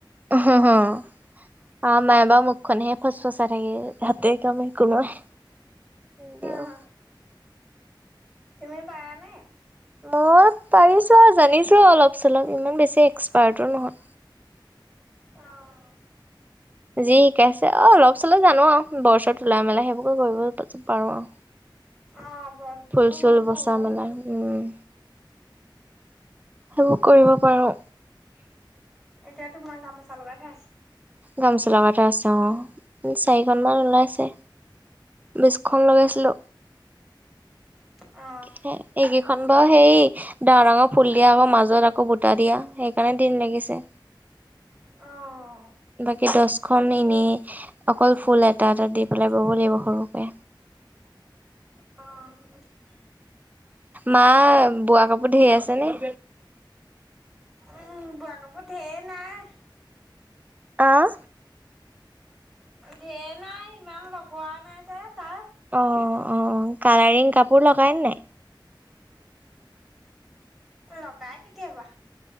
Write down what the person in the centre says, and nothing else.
অ' তুমি পাৰানে?
অ'।
অহ বৰটোলিৰ
মইয়ো
পাওঁ বাও
এতিয়া তোমাৰ গামোচা লগাই থোৱাই আছে।
অ'।
অ'। অ
অ'।
উম বোৱা কাপোৰ ধেৰ নাই
ধেৰ নাই ইমান লগোৱা নাই যে তাত।
লগাই কেতিয়াবা